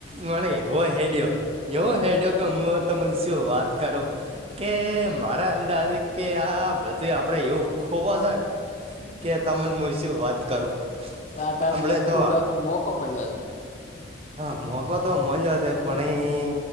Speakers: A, on the right; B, on the left.
A: મરે એવો હેડયો એવો હેડયો કે હું તને શું વાત કરો કે મારા અંદાજે કે આ બધું આપડે એવું ખોવાશેને કે તમિલ મુવી શ વાત કરું
B: હ ત
A: હમણે
B: આખુંબ
A: તો
B: મોકો મળ્યો છે.
A: હા મોકો તો મળ્યો છે પણ